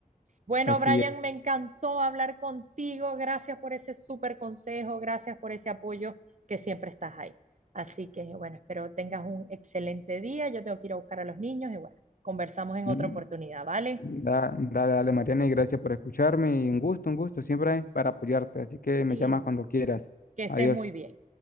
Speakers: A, on the right; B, on the left.
A: Bueno,
B: Así
A: Brian,
B: es.
A: me encantó hablar contigo. Gracias por ese súper consejo, gracias por ese apoyo que siempre estás ahí. Así que bueno, espero tengas un excelente día. Yo tengo que ir a buscar a los niños y bueno, conversamos en
B: Mm,
A: otra oportunidad, ¿vale?
B: da- Dale, dale, Mariana, y gracias por escucharme. Y un gusto, un gusto, siempre para apoyarte. Así que me
A: Igual.
B: llamas cuando quieras.
A: Que estés
B: Adiós.
A: muy bien.